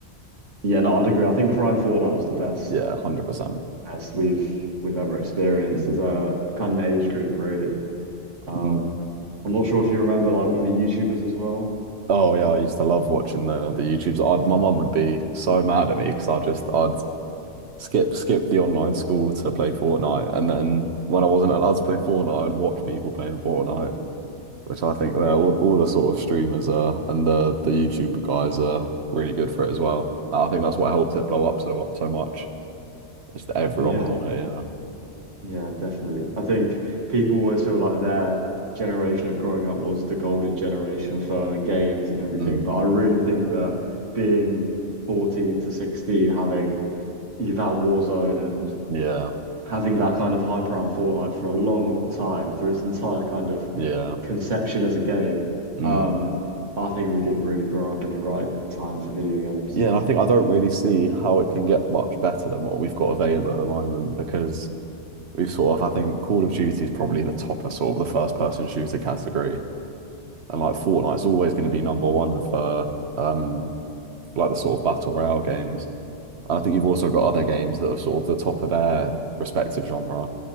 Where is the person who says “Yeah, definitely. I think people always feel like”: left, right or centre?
Right